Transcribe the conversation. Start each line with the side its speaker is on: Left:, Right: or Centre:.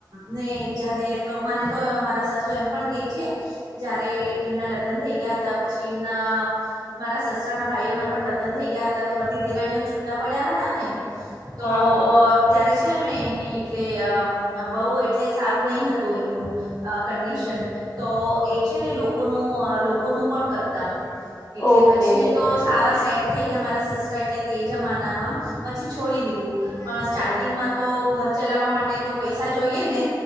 Right: ને જારે તો મને તો મારા સાસુ એમ પણ કહી છે. જયારે એમના લગ્ન થઈ ગયા હતા પછી એમના. મારા સસરા ના ભાઈઓના પણ લગ્ન થઈ ગયા હતા તો બધી દેરાણીઓ છૂટા પડ્યા હતા ને. તો
Left: હા, હા.
Right: ત્યારે છે એમને એટલે અ બહુ એટલે સારું નહિ હતું એમનું. કંડિશન, તો
Left: હા.
Right: એ છે ને લોકોનું લોકોનું કરતા, એટલે
Left: ઓકે.
Right: પછી તો સારા સેટ થ ગયા મારા સસરા એટલે તે જમાનામાં, પછી છોડી દીધું, પણ સ્ટાર્ટિંગમાં
Left: હા,
Right: તો ઘર ચલાવવા માટે તો પૈસા જોઈએ ને,